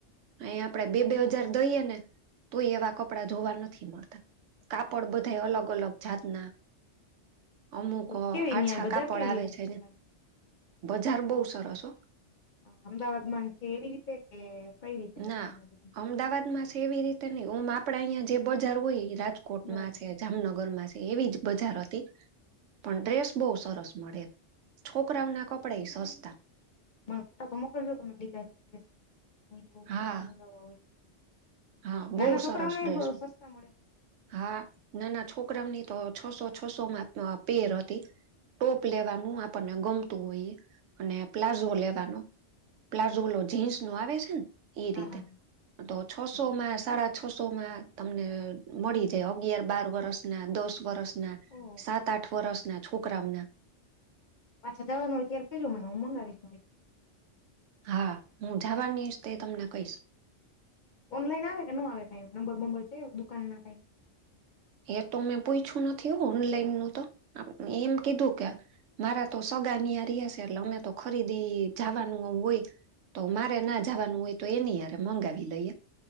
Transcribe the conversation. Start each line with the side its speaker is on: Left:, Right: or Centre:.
Right: આ
Left: હતું
Right: આપણેે બે બે હજાર દઈએ ને તોય એવા કપડા જોવા નથી મળતા. કાપડ બધા અલગ અલગ જાતના અમુક
Left: તો કેવી
Right: આછા
Left: ન્યાં બજાર
Right: કાપડ
Left: કેવી
Right: આવે
Left: હતી
Right: છે.
Left: કપડાની
Right: ને બજાર બહુ સરસ હો.
Left: હા અમદાવાદ માં છે એવી રીતે એ કઈ રીતે હતું
Right: ના
Left: ન્યાં બધું?
Right: અમદાવાદ માં છે એવી રીતે નહીં ઓમ આપડા અહીંયા જે બજાર હોય એ રાજકોટમાં
Left: બરાબર
Right: છે. જામનગર માં છે. એવી જ બજાર હતી પણ ડ્રેસ બહુ સરસ મળે છોકરાઓ ના કપડા સસ્તા
Left: મને ફોટા તો મોકલજો તમે લીધા છે <unintelligible>
Right: હા હા બહુ
Left: નાના છોકરાઓ
Right: સરસ
Left: ને
Right: ડ્રેસ
Left: સસ્તા મળે
Right: હા નાના છોકરાઓની તો છસો છસો માં પેર હતી ટોપ લેવાનું આપણને ગમતું હોય. અને પ્લાઝો લેવાનો પ્લાઝો ઓલો જીન્સ નો આવે છે ને ઈ
Left: હા
Right: રીતે
Left: હા
Right: તો છસો
Left: હા
Right: માં સાડા છસો માં તમને મળી જાય અગિયાર બાર વર્ષ ના દસ વર્ષ
Left: ઓહ,
Right: સાત આઠ વર્ષ ના છોકરાઓના
Left: પાછા જવાનું હોય ત્યારે કેજો મને હું મંગાવીશ છોકરીને
Right: હા હું જવાની તો તમને કહીશ
Left: ઓનલાઈન આવે કે ન આવે કઈ નંબર બબર છે. દુકાન ના કઈ
Right: એ તો મેં પૂછ્યું નથી ઓનલાઈન નું તો એમ કીધું કે મારા તો સગા રહે છે. એટલે અમે તો ખરીદી જાવાનું હોય તો મારે ના જવાનું હોય તો એની હારે મંગાવી લઈએ.